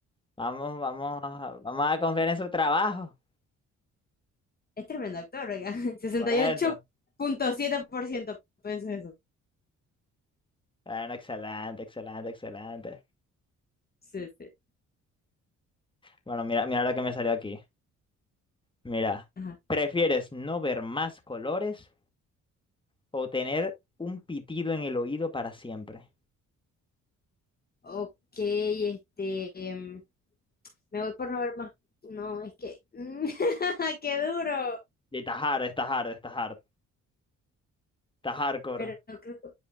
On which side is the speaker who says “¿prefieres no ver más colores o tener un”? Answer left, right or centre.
Left